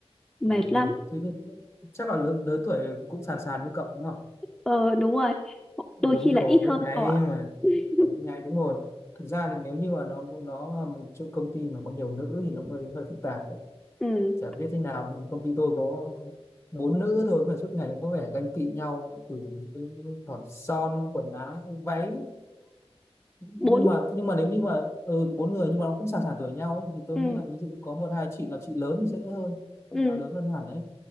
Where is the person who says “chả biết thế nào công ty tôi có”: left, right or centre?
Left